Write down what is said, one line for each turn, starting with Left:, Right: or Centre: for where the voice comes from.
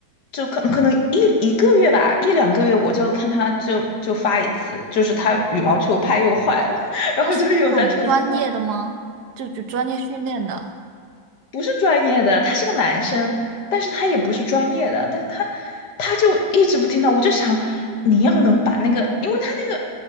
Left: 就可能可能一一个月吧，一两个月我就要看他就就发一次，就是他羽毛球拍又坏了，<laughs> 然后就又在重新弄。
Right: 他是那种专业的吗？就就专业训练的，
Left: 不是专业的，他是个男生，但是他也不是专业的，但他他就一直不听到，我就想你要能把那个，因为他那个